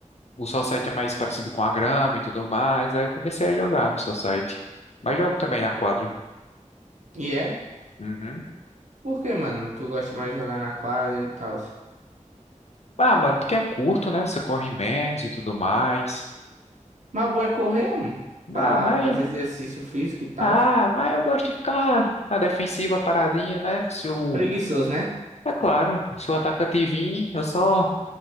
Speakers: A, on the left; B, on the right.
A: O Society é mais parecido com a grama e tudo mais. Aí eu comecei a jogar no Society. Mas jogo também na quadra.
B: E é?
A: Uhum.
B: Por que, mano? Tu gosta mais de jogar na quadra e tal.
A: Ah, mano, porque é curto, né? Você corre menos e tudo mais.
B: Mas o bom é correr, mano, pra
A: Ah, mas.
B: fazer exercício físico e tal.
A: Ah, mas eu gosto de ficar na defensiva paradinho, né? Se o.
B: Preguiçoso, né?
A: É claro, se o atacante vir, eu só